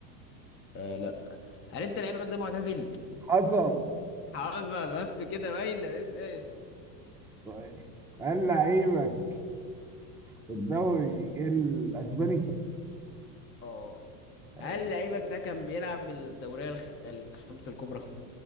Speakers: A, on the left; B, in the centre.
A: آه لا هل انت لعيبك ده معتزل؟ <laughs>
B: حصل
A: حصل بس كده باينه ايش
B: طيب هل لعيبك في الدوري الاسباني
A: اه
B: آه،
A: هل لعيبك ده كان بيلعب في الدورية الخ... الخمسة الكبرى؟